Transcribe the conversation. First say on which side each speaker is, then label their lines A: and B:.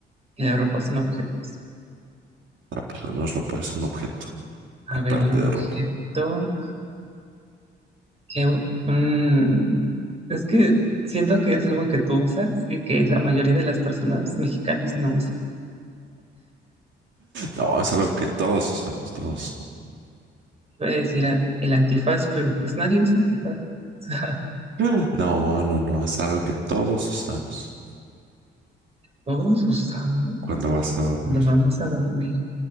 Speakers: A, on the right; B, on the right.
A: y la ropa son objetos.
B: Ah, pero no es ropa, es un objeto.
A: A
B: Aparte
A: ver, un objeto.
B: de ropa.
A: que mm, es que siento que es algo que tú usas y que la mayoría de las personas mexicanas no usan.
B: No, es algo que todos usamos, todos.
A: Voy a decir a- el antifaz, pero pues nadie usa antifaz. <laughs>
B: Ah. No, no, no, es algo que todos usamos
A: O sea, todos usamos
B: cuando vas a dormir.
A: cuando vamos a dormir.